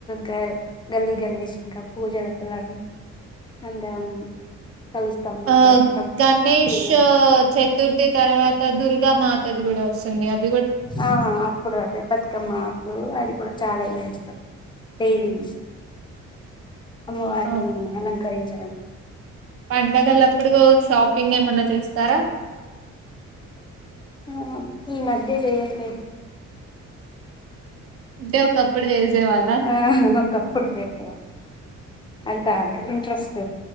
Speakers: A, on the left; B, on the right.
A: గర్ గల్లీ గణేష్ ఇంకా పూజలకి వెళ్ళడం అందరం కలుస్తాం మాట్లాడుకుంటాం
B: ఆ గణేషు
A: పిల్లలం
B: చతుర్థి తర్వా దుర్గా మాతది కూడా వస్తుంది అత్
A: ఆ అప్పుడు అదె బతుకమ్మ ఎప్పుడు అది కూడా చాలా చేస్తాం డైలీ అమ్మవారిని
B: ఆ
A: ఆలంకరించడం
B: పండగలప్పుడు షాపింగ్ ఏమన్నా చేస్తారా
A: ఆమ్ ఈ మధ్య జెయట్లేదు
B: అంటే ఒకప్పుడు చేసేవాళ్ళ
A: హ ఒకప్పుడు చేసేవారు అంతా ఇంట్రెస్ట్